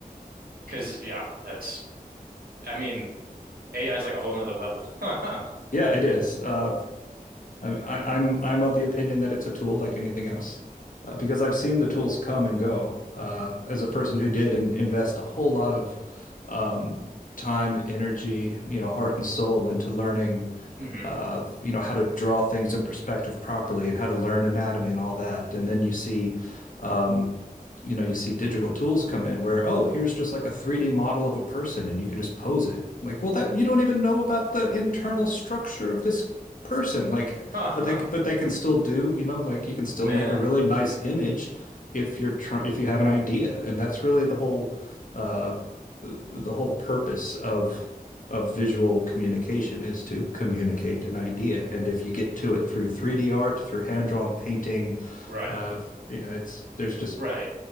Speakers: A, on the right (about 75°); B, on the left (about 60°).
A: because yeah, that's I mean, AI is like a whole nother level. <laughs>
B: yeah, it is. Uh, I, I, I'm I'm of the opinion that it's a tool like anything else, uh, because I've seen the tools come and go. Uh, as a person who did in, invest a whole lot of um, time, energy, you know, heart and soul into learning
A: hmm
B: of you know how to draw things in perspective properly and how to learn anatomy and all that. And then you see, um, you know, you see digital tools come in where, oh, here's just like a 3D model of a person and you can just pose it. Like, well, that you don't even know about the internal structure of this person. Like,
A: Huh,
B: but they but they can still do, you know, like you can still
A: Man,
B: make a really nice image if you're trying if you have an idea. And that's really the whole uh the whole purpose of of visual communication is to communicate an idea. And if you get to it through 3D art, through hand-drawn painting,
A: right,
B: uh, you know, it's there's just
A: right.